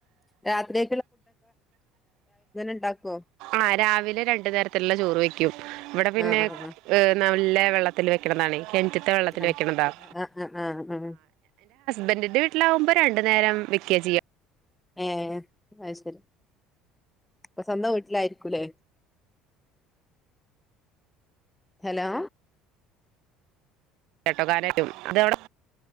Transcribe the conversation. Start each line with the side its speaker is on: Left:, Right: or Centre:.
Centre: രാത്രി ഉണ്ടാക്കുവോ
Right: ആഹ് രാവിലെ രണ്ട് നേരത്തില്ള്ള ചോറ് വെക്കും ഇവടെ പിന്നെ
Centre: ആഹ് ആഹ്
Right: ്നല്ല വെള്ളത്തിൽ വെക്ക്ണ താണെ കെൻറ്റ്ത്തെറ്റ വെള്ളത്തി
Centre: ആഹ്
Right: പെത്ത
Centre: ആഹ് ആഹ് ആഹ് ആഹ് ആഹ്
Right: തണ്വ <unintelligible> രണ്ടു നേരം വക്ക്യാ ചെയ്യ
Centre: ഏഹ് -അത് ശരി അപ്പൊ സ്വന്തം വീട്ടിലായിരിക്കൂല്ലേ ഹലോ
Right: ചേട്ടോക്കാരടും ഇതവ് ടെയിും ഇതെവിടെ